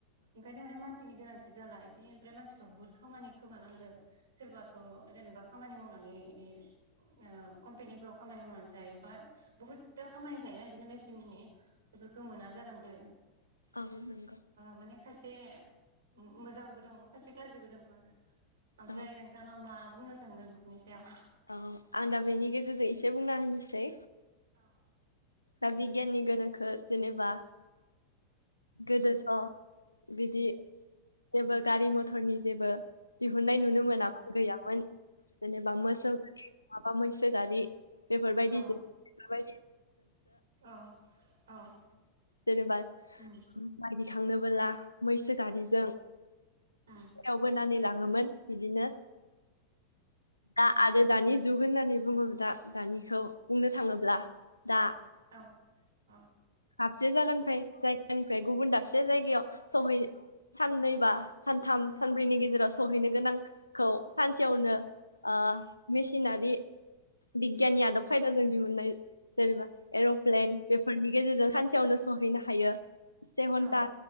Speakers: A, on the right; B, on the left.
A: ओंखायनो माने मान सिनि गोनांथि जाला बे ओमफ्राय मानसिफ्रा बुहुत खामानि खोमानांदों सोरबाथ' जेनेबा खामानि मावनानै बिदि ओ कम्पानिफोराव खामानि मावनानै जायोबा बुहुदता खामानि जायोना बिदिनो मेसिननि बेफोरखौ मोना जालांदों।
B: औ नंगौ।
A: माने खायसे मो-मोजांबो दङ खायसे गाज्रिबो दङ आरो। ओमफ्राय
B: औ
A: नोंथाङा मा बुंनो सानदों बिफोरनि सायाव।
B: औ आं दा बेनि गेजेरजों एसे बुंना होनोसै।
A: औ औ।
B: दा बिगियाननि गोनोखो जेनेबा गोदो थ' बिदि जेबो गारि मथरनि जेबो दिहुननाय नुनो मोनामोन गैयामोन। जेनेबा मोसौ माबा मोनसे सो गारि बेफोरबायदिसो
A: ओ
B: बेफोरबायदि
A: औ औ
B: जेनेबा
A: उम।
B: माइ दैखांनोबोला मैसो गारिजों
A: औ
B: बेयाव बोनानै लाङोमोनव बिदिनो दा आरो दानि जुग होननानै बुङोब्ला दानिखौ बुंनो थाङोब्ला दा
A: औ औ।
B: दाबसे जायगानिफ्राय जायगानिफ्राय गुबुन दाबसे जायगायाव सहैनो साननै बा सानथाम सानब्रैनि गेजेराव सहैनो गोनांखौ सानसेयावनो ओ मेसिनारि बिगियाननि आदब खायदाजों दिहुनाय जेनेबा एर'प्लेन बेफोरनि गेजेरजों सानसेयावनो सहैनो हायो। से घन्टा
A: औ